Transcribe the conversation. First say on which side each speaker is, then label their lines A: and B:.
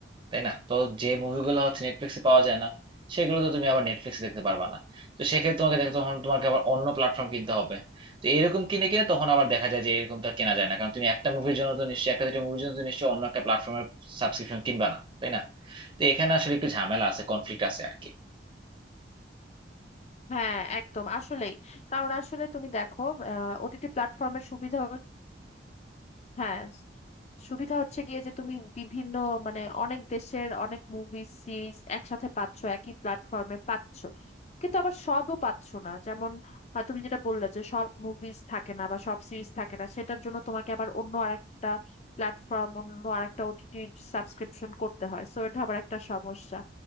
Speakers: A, on the right; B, on the left.
A: তাই না তো যে মুভিগুলো হচ্ছে নেটফ্লিক্সে পাওয়া যায় না সেগুলো তো তুমি আবার নেটফ্লিক্সে দেখতে পারবা না তো সেক্ষেত্রে তোমাকে দেখতে তখন তোমাকে আবার অন্য প্ল্যাটফর্ম কিনতে হবে তো এরকম কিনে কিনে তখন আবার দেখা যায় যে এরকম তো আর কেনা যায় না কারণ তুমি একটা মুভির জন্য তো নিশ্চয়ই একটা দুটো মুভির জন্য তো নিশ্চয়ই অন্য একটা প্ল্যাটফর্মের সাবস্ক্রিপশন কিনবা না তাই না তো এখানে আসলে একটু ঝামেলা আছে কনফ্লিক্ট আছে আর কি
B: হ্যাঁ একদম আসলেই কারণ আসলে তুমি দেখো ওটিটি প্ল্যাটফর্মের সুবিধা হ্যাঁ সুবিধা হচ্ছে গিয়ে যে তুমি বিভিন্ন মানে অনেক দেশের অনেক মুভি সিরিজ একসাথে পাচ্ছ একই প্ল্যাটফর্মে পাচ্ছ কিন্তু আবার সবও পাচ্ছ না যেমন আহ, তুমি যেটা বললে যে সব মুভিজ থাকে না বা সব সিরিজ থাকে না সেটার জন্য তোমাকে আবার অন্য আরেকটা প্ল্যাটফর্ম অন্য আরেকটা ওটিটি সাবস্ক্রিপশন করতে হয় সো এটা আবার একটা সমস্যা